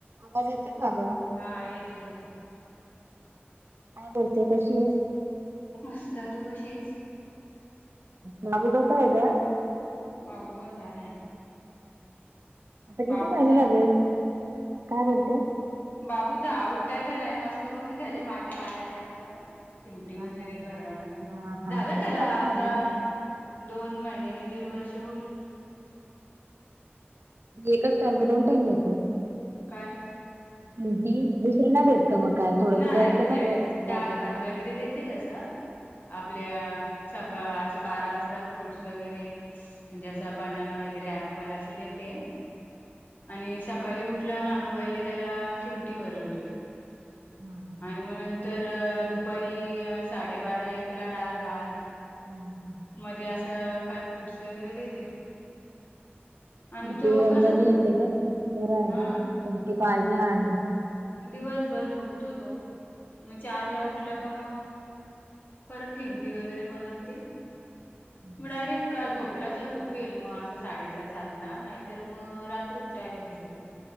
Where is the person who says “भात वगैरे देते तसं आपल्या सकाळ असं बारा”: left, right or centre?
Left